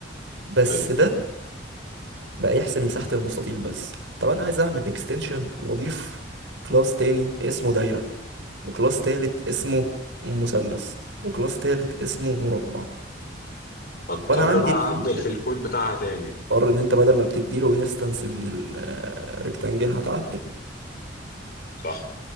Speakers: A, on the right; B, on the left.
A: بس
B: حلو
A: ده بقى يحسب مساحة المستطيل بس طب أنا عايز أعمل اكستنشن وأضيف كلاس تاني اسمه دايرة وكلاس تالت اسمه مثلث وكلاس تالت اسمه مربع
B: اضطر
A: وأنا عندي
B: بقى
A: الفانكشن
B: اعدل في الكود بتاعها تاني
A: اضطر إن أنت بدل ما بتديله انستنس من الريكتانجل هتعدل
B: صح